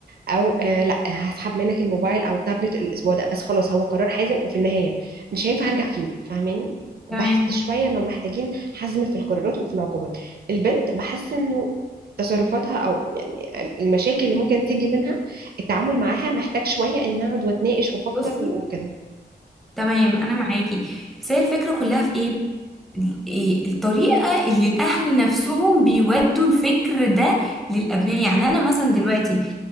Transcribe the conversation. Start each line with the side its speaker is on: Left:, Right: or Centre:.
Right: او آه لا هسحب منك الموبايل او التابلت الاسبوع ده بس خلاص هو قرار حازم وفي النهايه مش هينفع ارجع فيه فاهماني
Centre: تمام
Right: بحس شويه انه محتاجين حزم في القرارات وفي العقوبات البنت بحس انه تصرفاتها او يعني ال- المشاكل اللي ممكن تيجي منها التعامل معاها محتاج شويه ان اقعد واتناقش وافكر
Centre: بصي
Right: وكده
Centre: تمام انا معاكي بس هي الفكره كلها في ايه إيه الطريقه اللي الاهل نفسهم بيودوا الفكر ده للابناء يعني انا مثلا دلوقتي